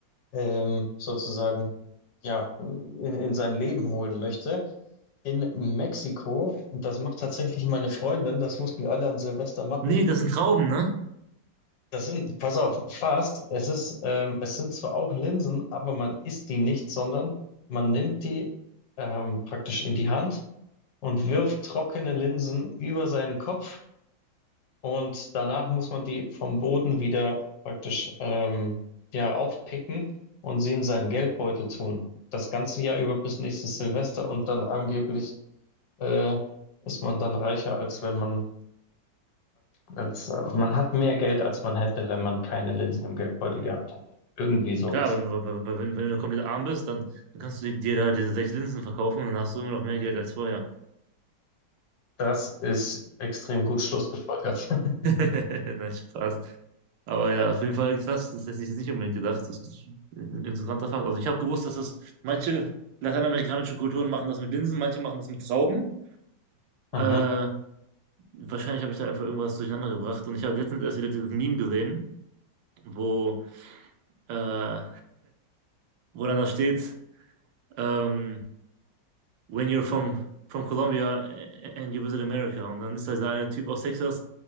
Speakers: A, on the left (about 70°); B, on the right (about 85°).
A: ähm, sozusagen ja, in, in sein Leben holen möchte. In Mexiko, und das macht tatsächlich meine Freundin, das mussten wir alle an Silvester machen.
B: Nee, das sind Trauben, ne?
A: Das sind, pass auf, Fast, es ist, ähm, es sind zwar auch Linsen, aber man isst die nicht, sondern man nimmt die ähm, praktisch in die Hand und wirft trockene Linsen über seinen Kopf Und danach muss man die vom Boden wieder praktisch ähm, ja, aufpicken und sie in seinen Geldbeutel tun. Das ganze Jahr über bis nächstes Silvester und dann angeblich äh, ist man dann reicher, als wenn man, als, äh, man hat mehr Geld, als man hätte, wenn man keine Linsen im Geldbeutel gehabt hätte. Irgendwie sowas.
B: Klar, aber wenn, wenn wenn du komplett arm bist, dann, dann kannst du dir da diese sechs Linsen verkaufen und dann hast du immer noch mehr Geld als vorher.
A: Das ist extrem gut schlussgefolgert. <laughs>
B: <laughs> Nein, Spaß. Aber ja, auf jeden Fall krass, das hätte ich jetzt nicht unbedingt gedacht. Das ist ein interessanter Fakt. Also ich habe gewusst, dass das manche lateinamerikanische Kulturen machen das mit Linsen, manche machen das mit Trauben.
A: Mhm.
B: Äh, wahrscheinlich habe ich da einfach irgendwas durcheinander gebracht. Und ich habe letztens erst wieder dieses Meme gesehen, wo, äh, wo dann da steht, ähm, when you're from, from Colombia and you visit America. Und dann ist da dieser eine Typ aus Texas,